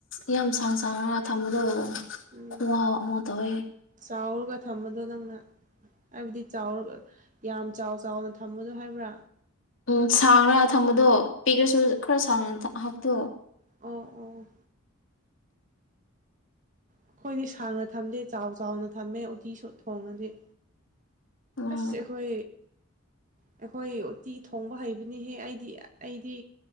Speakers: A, on the left (about 65°); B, on the right (about 40°).
A: ꯌꯥꯝ ꯁꯥꯡ ꯁꯥꯡꯅꯒ ꯊꯝꯕꯗꯣ
B: ꯎꯝ
A: ꯈꯨꯍꯥꯎ ꯑꯃ ꯇꯧꯋꯦ
B: ꯆꯥꯎꯔꯒ ꯊꯝꯕꯗꯣ ꯅꯪꯅ ꯍꯥꯏꯕꯗꯤ ꯆꯥꯎꯔ ꯌꯥꯝ ꯆꯥꯎ-ꯆꯥꯎꯅ ꯊꯝꯕꯗꯣ ꯍꯥꯏꯕ꯭ꯔꯥ
A: ꯎꯝ ꯁꯥꯡꯔ ꯊꯝꯕꯗꯣ ꯄꯤꯛꯔꯁꯨ ꯈꯔ ꯁꯥꯡꯅ ꯍꯥꯞꯄꯣ
B: ꯎꯝ ꯎꯝ ꯑꯩꯈꯣꯏꯗꯤ ꯁꯥꯡꯅ ꯊꯝꯗꯦ ꯆꯥꯎ ꯆꯥꯎꯅ ꯊꯝꯃꯦ ꯎꯇꯤꯁꯨ ꯊꯣꯡꯔꯗꯤ
A: ꯎꯝ
B: ꯑꯁ ꯑꯩꯈꯣꯏ ꯑꯩꯈꯣꯏ ꯎꯇꯤ ꯊꯣꯡꯕ ꯍꯩꯕꯅꯤꯍꯦ ꯑꯩꯗꯤ ꯑꯩꯗꯤ